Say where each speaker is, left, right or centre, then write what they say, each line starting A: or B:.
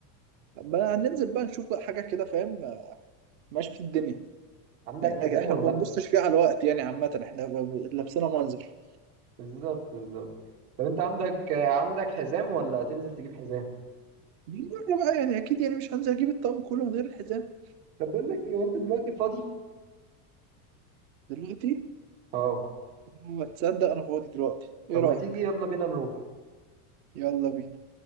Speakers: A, on the right (about 35°); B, on the right (about 80°).
A: بقى هننزل بقى نشوف بقى حاجة كده فاهم ماشي في الدنيا
B: عندك
A: يعني
B: حزام
A: احنا
B: ولا
A: ما
B: لا
A: بنبصش فيها على الوقت يعني عامة احنا لابسينها منظر
B: بالظبط بالظبط طب انت عندك عندك حزام ولا تنزل تجيب حزام
A: دي مرة بقى يعني أكيد يعني مش هنزل أجيب الطقم كله من غير الحزام
B: طب بقول لك ايه وانت دلوقتي فاضي
A: دلوقتي
B: اه
A: هو تصدق أنا فاضي دلوقتي
B: طب
A: إيه
B: ما
A: رأيك؟
B: تيجي يلا بينا نروح
A: يلا بينا